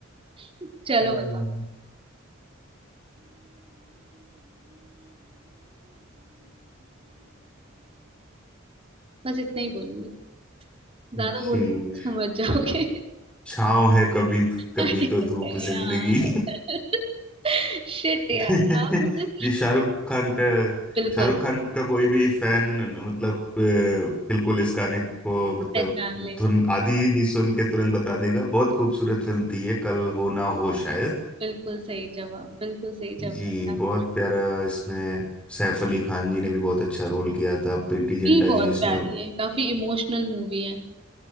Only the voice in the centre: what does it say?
हम्म,
<laughs>
जी
छाँव है कभी कभी
तो धूप जिंदगी
<laughs>
ये शाहरुख खान का
शाहरुख खान का कोई भी फैन मतलब अ, बिल्कुल इस गाने को मतलब
धुन आदि भी सुन के तुरंत बता देगा बहुत खूबसूरत फिल्म थी ये कल हो ना हो शायद।
जी
बहुत प्यारा इसमें सैफ अली खान जी ने भी बहुत अच्छा रोल किया था प्रीति
जिंटा
जी इसमें